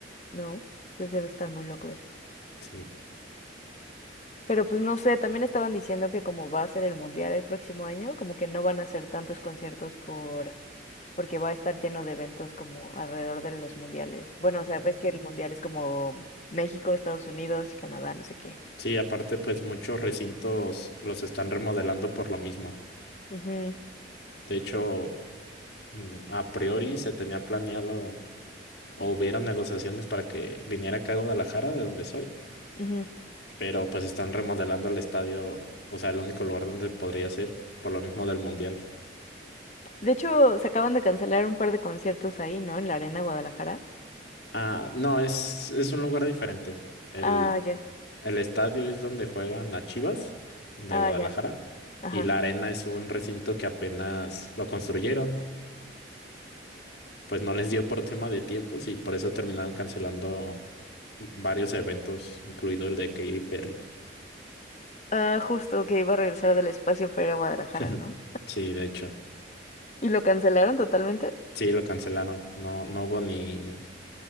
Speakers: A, on the left; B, on the left.
A: ¿no? Entonces debe estar muy loco eso.
B: Sí.
A: Pero pues no sé, también estaban diciendo que como va a ser el mundial el próximo año, como que no van a hacer tantos conciertos por, porque va a estar lleno de eventos como alrededor de los mundiales. Bueno, o sea, ves que el mundial es como México, Estados Unidos y Canadá, no sé qué.
B: Sí, aparte, pues muchos recintos los están remodelando por lo mismo.
A: Ujú,
B: De hecho, mm, a priori se tenía planeado o hubieron negociaciones para que viniera acá a Guadalajara, de donde soy,
A: ujú.
B: pero pues están remodelando el estadio, o sea, el único lugar donde podría ser, por lo mismo del Mundial.
A: De hecho, se acaban de cancelar un par de conciertos ahí, ¿no? En la Arena Guadalajara.
B: Ah, no, es, es un lugar diferente. El,
A: Ah, ya,
B: el estadio es donde juegan las Chivas de
A: ah,
B: Guadalajara
A: ya, ajá.
B: y la arena es un recinto que apenas lo construyeron pues no les dio por tema de tiempos y por eso terminaron cancelando varios eventos, incluido el de Katy Perry.
A: Ah, justo que iba a regresar del espacio para ir a Guadalajara,
B: <laughs>
A: ¿no?
B: Sí, de hecho,
A: ¿Y lo cancelaron totalmente?
B: sí lo cancelaron. No, no hubo ni,